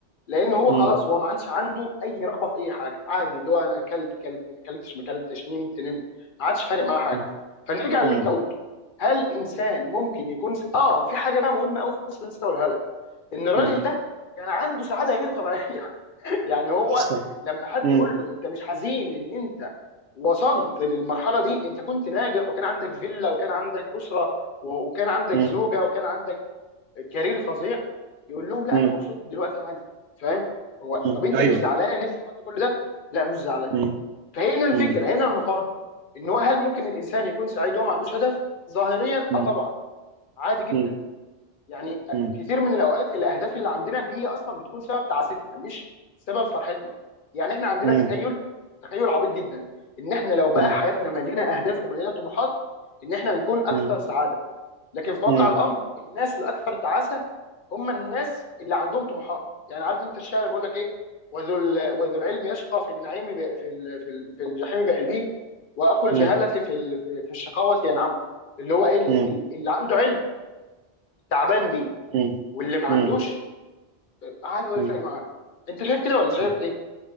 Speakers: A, on the left (about 50°); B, on the right (about 80°).
A: لان هو
B: م-
A: خلاص هو ما عادش عنده اي رغبه في اي حاجه عادي اللي هو انا اكلت اكلت ما اكلتش ما اكلتش نمت نمت ما عادش فارق معاه حاجه
B: م-
A: فنرجع
B: م-
A: للي انت قلته هل انسان ممكن يكون س... اه في حاجه بقى مهمه قوي في القصه اللي انت قولها لك ان الراجل
B: مم.
A: ده كان عنده سعاده غير طبيعيه <laughs> يعني هو
B: اصلا اصلا
A: لما حد
B: مم.
A: يقول له انت مش حزين ان انت وصلت للمرحله دي انت كنت ناجح وكان عندك فيلا وكان عندك اسره و- وكان عندك
B: مم.
A: زوجه وكان عندك كارير فظيع يقول لهم لا
B: مم.
A: انا مبسوط دلوقتي عادي فاهم هو
B: مم.
A: طب انت
B: ايوه
A: مش زعلان ان انت فقدت كل ده لا مش زعلان
B: مم.
A: فهنا الفكره
B: مم.
A: هنا المفارقه ان هو هل ممكن الانسان يكون سعيد وهو ما عندوش هدف ظاهريا
B: مم.
A: اه طبعا عادي جدا
B: مم.
A: يعني
B: مم.
A: كتير من الاوقات الاهداف اللي عندنا هي اصلا بتكون سبب تعاستنا مش سبب فرحتنا يعني احنا عندنا
B: مم.
A: تخيل تخيل عبيط جدا ان احنا لو بقى
B: مم.
A: حياتنا مليانه اهداف ومليانه طموحات ان احنا نكون اكثر
B: مم.
A: سعاده لكن في واقع
B: مم.
A: الامر الناس الاكثر تعاسه هم الناس اللي عندهم طموحات يعني عارف انت الشاعر بيقول لك ايه وذو ال- وذو العلم يشقى في النعيم ب... في ال... في, ال... في الجحيم بعلمه واخو الجهاله
B: مم.
A: في ال... في في الشقاوه ينعم اللي هو ايه اللي,
B: مم.
A: اللي عنده علم تعبان بيه
B: مم.
A: واللي ما عندوش
B: مم.
A: عادي ولا
B: مم.
A: فرق معاه انت شايف كده ولا شايف
B: مم.
A: ايه